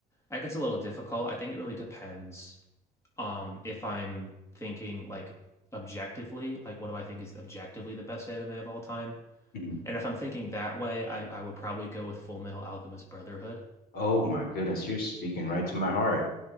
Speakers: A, on the left; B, on the left.
A: that gets a little difficult I think it really depends um if I'm thinking like objectively like what do I think is objectively the best anime of all time
B: Mhm.
A: and if I'm thinking that way I, I would probably go with Full Metal Alchemist Brotherhood
B: Oh my goodness, you're speaking right to my heart.